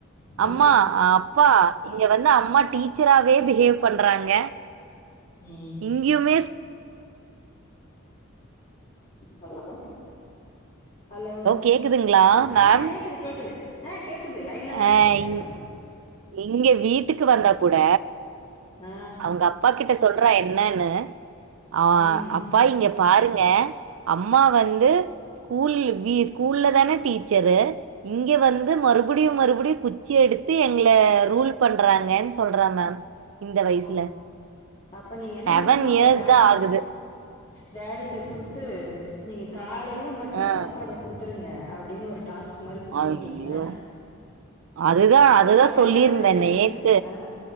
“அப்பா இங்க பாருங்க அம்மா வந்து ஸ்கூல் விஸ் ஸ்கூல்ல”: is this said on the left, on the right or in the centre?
Right